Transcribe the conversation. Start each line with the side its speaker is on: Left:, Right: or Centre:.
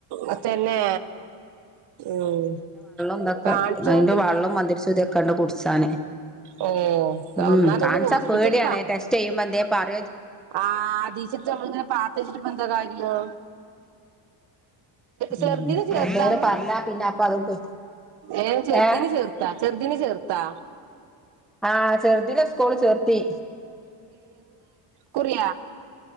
Right: അതന്നെ ഉം.
Centre: എന്തൊക്കെ
Right: കാണിച്ചോണ്ടി
Centre: അതിന്റെ വെള്ളം മന്തരിച്ചുതിക്കൊണ്ട് കുടിച്ചാന്.
Right: ഓ
Centre: ഉം
Right: ഒന്നാലൊന്ന്
Centre: കാൺച
Right: ഹോസ്പിറ്റലിൽ
Centre: പേടിയാണ് ടെസ്റ്റ് ചെയ്യുമ്പോ എന്തെ പറ
Right: ആഹ അതീച്ചിട്ട്മ്മൾ ഇങ്ങനെ പാത്തച്ചിട്ട് ഇപ്പ എന്താ കാര്യോ? ചെറുതിനെ
Centre: ഉം
Right: ചേർത്തന്നു
Centre: എന്തേലും പറഞ്ഞാ പിന്നെ അപ്പൊ അത്
Right: ഏ ചെറുദീന്
Centre: ഏഹ്
Right: ചേർത്താ? ചെറുതിന ചേർത്താ?
Centre: ആഹ ചെറുതിനെ സ്കൂള് ചേർത്തി.
Right: കുറിയ.